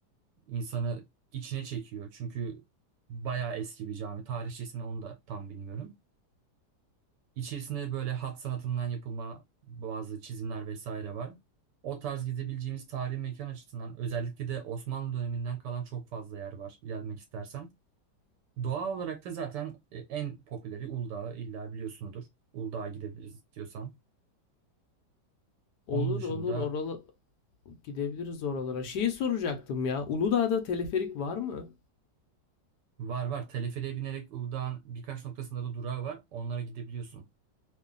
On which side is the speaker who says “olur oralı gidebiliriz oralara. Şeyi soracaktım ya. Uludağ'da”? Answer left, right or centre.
Left